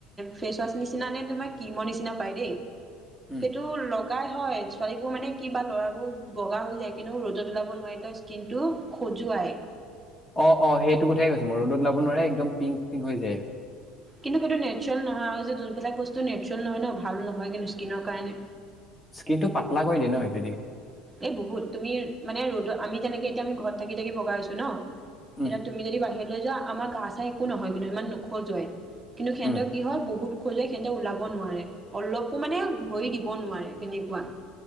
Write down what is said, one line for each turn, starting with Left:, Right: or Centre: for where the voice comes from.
Right: ফেচ ৱাছ নিচিনা নে তোমাৰ কি মৰ নিচিনা পায় দেই,
Left: উম
Right: সেইটো লগ বগাই হয় ছোৱালীবোৰ মানে কিবা ল'ৰাবোৰ বগা হৈ যায় কিন্তু ৰ'দত ওলাব নোৱাৰে কিন্তু খজুৱাই।
Left: অ অ সেইটো কথাইে কৈছো মই ৰ'দত ওলাব নোৱাৰে একদম পিংক পিংক হৈ যায়।
Right: কিন্তু সেইটো নেচাৰেল নহয় আৰু যোনবিলাক বস্তু নেচাৰেল নহয় ন ভাল নহয় কিন্তু স্কিনৰ কাৰণে।
Left: স্কিনটো পাতলা কৰি দিয়ে ন সেইটোৱেদি।
Right: এ বহুত তুমি মানে ৰ'দত আমি যেনেকে এতিয়া আমি ঘৰত থাকি থাকি বগা হৈছো ন
Left: উম
Right: এতিয়া তুমি যদি বাহিৰত লৈ যোৱা আমাৰ গা চা একো নহয় কিন্তু ইমান নোখজুৱাই কিন্তু সিহঁতে
Left: উম
Right: কি হয় বহুত খজুৱাই সিহঁতে ওলাব নোৱাৰে অলপো মানে ভৰি দিব নোৱাৰে তেনেকোৱা